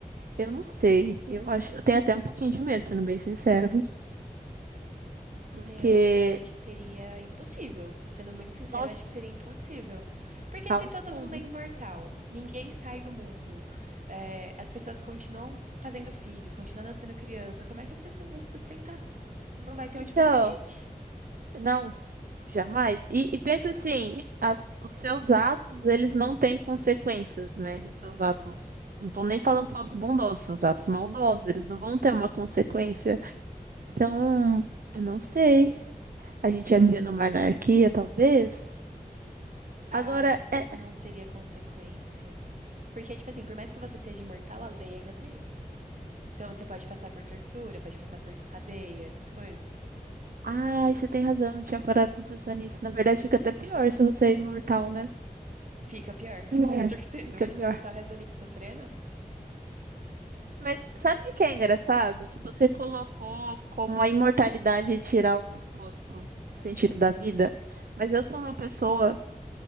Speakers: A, on the right (about 75°); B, on the right (about 55°).
A: eu não sei. Eu acho, eu tenho até um pouquinho de medo, sendo bem sincera. porque,
B: Meu, eu acho que seria impossível. Sendo muito sincero,
A: nossa,
B: eu acho que seria impossível. Porque
A: caos
B: se todo
A: puro.
B: mundo é imortal, ninguém sai do mundo, é, as pessoas continuam fazendo filho, continuam nascendo criança, como é que as pessoas vão se sustentar? Não vai ter
A: Então,
B: onde botar gente.
A: não, jamais. E, e pensa assim, as- os seus atos, eles não têm consequências, né? Os seus atos, não tô nem falando só dos bondosos, seus atos maldosos, eles não vão ter uma consequência. Então, eu não sei. A gente ia viver numa anarquia, talvez.
B: Ah,
A: Agora,
B: eu não sei
A: é...
B: se não teria consequência. Porque, tipo assim, por mais que você seja imortal, a lei ainda tá aí. Então você pode passar por tortura, pode passar por cadeia, essas coisas.
A: Ai, você tem razão, eu não tinha parado pra pensar nisso. Na verdade, fica até pior se você é imortal, né?
B: Fica pior, <laughs> com
A: É.
B: certeza.
A: Fica
B: Imagina
A: pior.
B: se passar o resto da vida sofrendo.
A: Mas sabe o que é engraçado? Que você colocou como a imortalidade tirar o propósito, o sentido da vida. Mas eu sou uma pessoa,